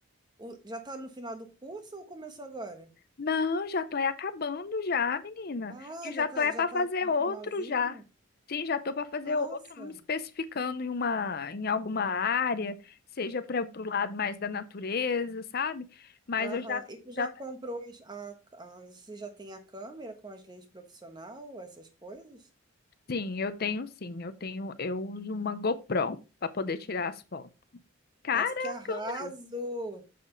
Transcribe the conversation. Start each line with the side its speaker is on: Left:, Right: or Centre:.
Right: o- já está no final do curso ou começou agora?
Left: Não, já tô é acabando já, menina.
Right: Ah,
Left: E já
Right: já está,
Left: tô é
Right: já
Left: para
Right: tá
Left: fazer
Right: no
Left: outro
Right: finalzinho?
Left: já. Sim, já tô para fazer
Right: Nossa.
Left: outro, me especificando em uma em alguma área, seja para o lado mais da natureza, sabe? Mas
Right: Aham.
Left: eu já
Right: E tu já
Left: já
Right: comprou as- a, a- você já tem a câmera com as lentes profissional, essas coisas?
Left: sim, eu tenho sim, eu tenho eu uso uma GoPro para poder tirar as fotos. Cara,
Right: As
Left: a
Right: que arraso!
Left: câmera,